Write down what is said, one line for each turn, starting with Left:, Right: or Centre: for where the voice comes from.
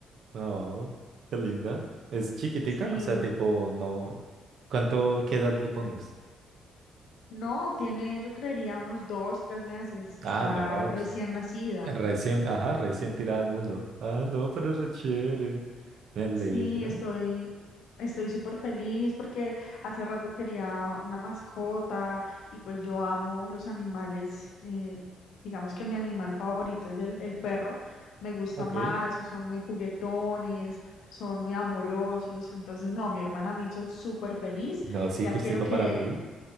Right: Oh, qué linda. ¿Es chiquitica?
Left: Sí,
Right: O sea, tipo, no. ¿Cuánto, qué edad le pones?
Left: no, tiene, yo creería, unos dos, tres meses. Está
Right: Ah, no.
Left: recién
Right: ch-
Left: nacida.
Right: Recién, ajá, recién tirada al mundo. Ah, no, pero es re chévere. Me alegra.
Left: Sí, estoy, estoy súper feliz porque hace rato quería una mascota y pues yo amo los animales. eh, digamos que mi animal favorito es el, el perro. Me gusta
Right: Ok.
Left: más, son muy juguetones, son muy amorosos. Entonces, no, mi hermana me hizo súper feliz.
Right: No, sí,
Left: Ya
Right: justico
Left: quiero que,
Right: para ti.